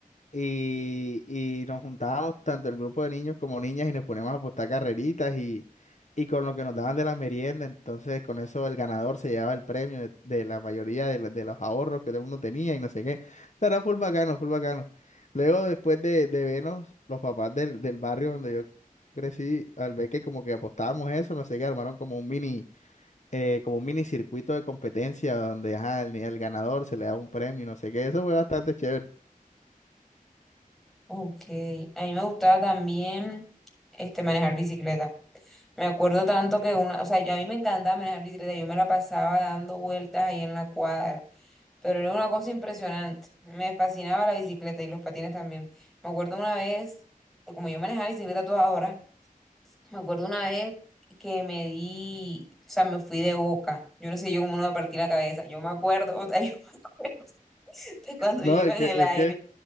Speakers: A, on the left; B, in the centre.
A: y, y nos juntábamos tanto el grupo de niños como niñas y nos poníamos a apostar carreritas y, y con lo que nos daban de la merienda, entonces con eso el ganador se llevaba el premio de, de la mayoría de, la- de los ahorros que todo el mundo tenía y no sé qué. Pero Era full bacano, full bacano. Luego después de, de vernos, los papás del, del barrio donde yo crecí, al ver que como que apostábamos eso, no sé qué, armaron como un mini, eh, como un mini circuito de competencia donde ajá, el, el ganador se le da un premio, y no sé qué, eso fue bastante chévere.
B: Ok, a mí me gustaba también este, manejar bicicleta. Me acuerdo tanto que una, o sea, yo a mí me encantaba manejar bicicleta, yo me la pasaba dando vueltas ahí en la cuadra, pero era una cosa impresionante. Me fascinaba la bicicleta y los patines también. Me acuerdo una vez, que como yo manejaba bicicleta a toda hora, me acuerdo una vez que me di, o sea, me fui de boca. Yo no sé yo cómo no me partí la cabeza. Yo me acuerdo, o sea, <laughs> yo me acuerdo de cuando
A: No,
B: yo iba
A: es
B: en
A: que,
B: el
A: es
B: aire.
A: que